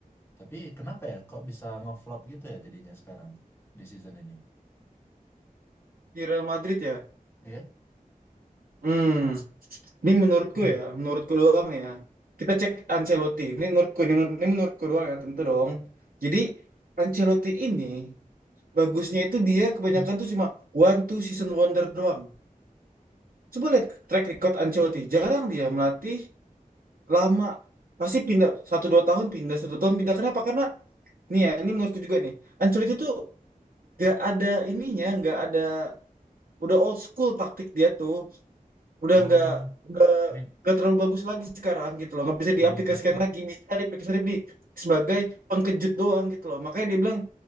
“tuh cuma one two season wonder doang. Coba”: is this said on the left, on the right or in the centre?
Right